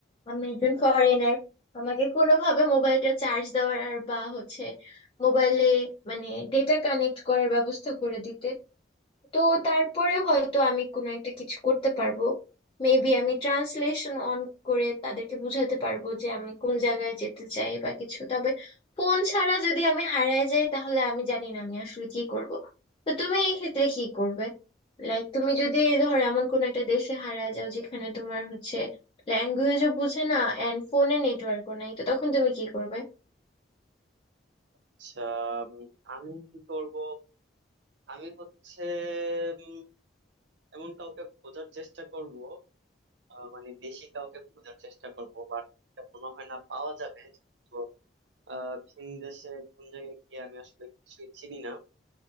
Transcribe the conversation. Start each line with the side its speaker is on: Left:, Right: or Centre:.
Left: আমি একজন ফরেনার আমাকে কোনোভাবে মোবাইলটা চার্জ দেওয়ার আর বা হচ্ছে মোবাইলে মানে ডেটা কানেক্ট করার ব্যবস্থা করে দিতে তো তারপরে হয়তো আমি কোনো একটা কিছু করতে পারবো মেবি আমি ট্রান্সলেশন অন করে তাদেরকে বুঝাতে পারবো যে আমি কোন জায়গায় যেতে চাই বা কিছু তবে ফোন ছাড়া যদি আমি হারিয়ে যাই তাহলে আমি জানি না আমি আসলে কি করব তো তুমি এই ক্ষেত্রে কি করবে লাইক তুমি যদি ধরো এমন কোন একটা দেশে হারিয়ে যাও যেখানে তোমার হচ্ছে ল্যাঙ্গুয়েজও বুঝে না এন্ড ফোনে নেটওয়ার্কও নাই তো তখন তুমি কি করবে
Right: আচ্ছা, উম, আমি কি করব আমি হচ্ছে উম, এমন কাউকে খোঁজার চেষ্টা করব আহ, মানে দেশি কাউকে খোঁজার চেষ্টা করব বাট মনে হয় না পাওয়া যাবে তো আহ ভিন দেশে কোন জায়গায় গিয়ে আমি আসলে কিছুই চিনি না